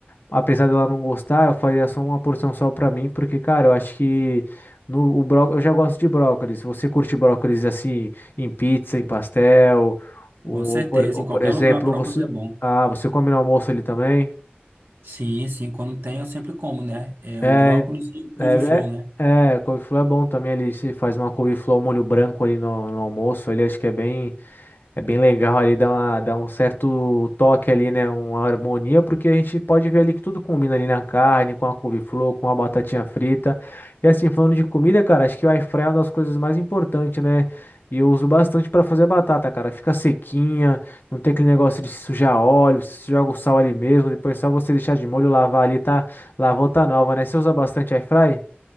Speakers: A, on the left; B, on the right.
A: apesar dela não gostar, eu faria só uma porção só pra mim, porque, cara, eu acho que no, o bró, eu já gosto de brócolis. Se você curte brócolis assim, em pizza, em pastel, ou
B: Com certeza,
A: por, ou,
B: em qualquer
A: por exemplo,
B: lugar brócolis
A: você.
B: é bom.
A: Ah, você come no almoço ali também?
B: Sim, sim, quando tem eu sempre como, né? É
A: É,
B: o brócolis e couve-flor,
A: é,
B: né?
A: é, é, couve-flor é bom também. ali se faz uma couve-flor ao molho branco ali no, no almoço. ali acho que é bem. É bem legal ali, dá, uma- dá um certo toque ali, né? Uma harmonia, porque a gente pode ver ali que tudo combina ali na carne, com a couve-flor, com a batatinha frita. E assim, falando de comida, cara, acho que o air fryer é uma das coisas mais importantes, né? E eu uso bastante para fazer batata, cara. Fica sequinha, não tem aquele negócio de sujar óleo, você joga o sal ali mesmo, depois é só você deixar de molho, lavar ali, tá? Lavou tá nova, né? Você usa bastante air fry?